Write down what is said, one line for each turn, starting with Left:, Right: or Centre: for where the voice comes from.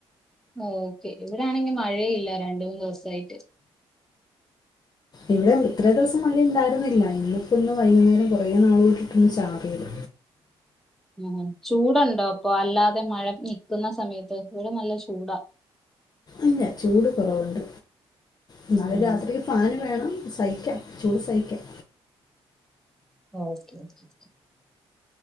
Centre: ഓക്കെ ഇവിടൊണെങ്കി മഴയില്ല രണ്ട് മൂന്ന് ദിവസായിട്ട്
Left: ഇവിടേം ഇത്രേ ദിവസം മഴയുണ്ടായിരുന്നില്ല ഇന്നിപ്പോ ഒന്ന് വൈകുന്നേരം കുറെേ നാള് തൊട്ടിട്ടൊന്ന് ചാറിയത്
Centre: മ്മ് ഹ് ചൂടുണ്ടോ അപ്പൊ അല്ലാതെ മഴ നിക്കുന്ന സമയത്ത് ഇവിടെ നല്ല ചൂടാ
Left: ഇല്ല ചൂട് കുറവുണ്ട് ഇന്നാലും
Centre: ഉം
Left: രാത്രി ഫാാന് വേണം സഹിക്കാം ചൂട് സഹിക്കാൻ
Centre: ഓക്കെ ഓക്കേ ഓക്കേ